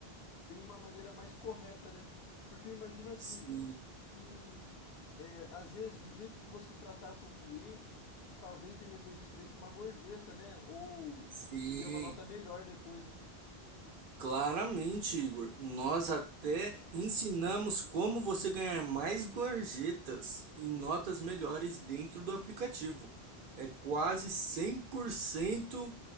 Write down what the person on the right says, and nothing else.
Sim,
sim.
Claramente, Igor. Nós até ensinamos como você ganhar mais gorjetas e notas melhores dentro do aplicativo. É quase 100%